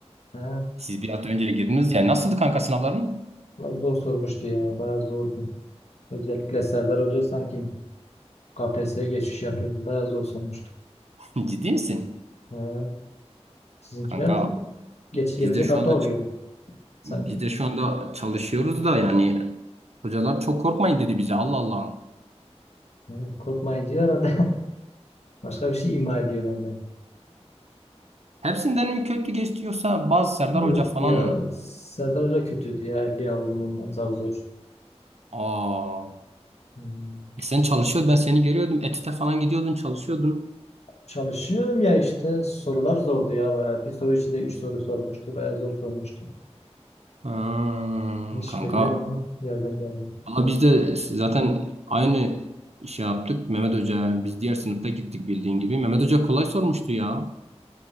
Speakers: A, on the left; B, on the right.
A: He,
B: siz bir hafta önce de girdiniz ya nasıldı kanka sınavların?
A: biraz zor sormuştu ya. Bayağı zordu. Özellikle Serdar Hoca sanki KPSS'ye geçiş yapıyor. Bayağı zor sormuştu.
B: <laughs> Ciddi misin?
A: He, sizinkiler
B: Kanka
A: geç,
B: biz
A: gelecek
B: de şu
A: hafta
B: anda
A: oluyor sanki.
B: biz de şu anda çalışıyoruz da yani hocalar çok korkmayın dedi bize Allah Allah.
A: He, korkmayın diyor herhalde. <laughs> Başka bir şey ima ediyor bence.
B: Hepsinden mi kötü geçti yoksa bazı
A: <laughs>
B: Serdar
A: Yok
B: Hoca falan
A: ya
B: mı?
A: Serdar Hoca kötüydü ya 50 aldım ondan zar zor.
B: Aa,
A: Hmm.
B: e sen çalışıyordun ben seni görüyordum. ETÜ'de falan gidiyordun çalışıyordun.
A: Çalışıyorum ya işte sorular zordu ya bayağı. Bir soru içinde üç soru sormuştu. Bayağı zor sormuştu.
B: Ha,
A: Hiç
B: kanka
A: beklemedim yerden geldim.
B: Valla biz de zaten aynı işi yaptık Mehmet Hoca. Biz diğer sınıfta gittik bildiğin gibi. Mehmet Hoca kolay sormuştu ya.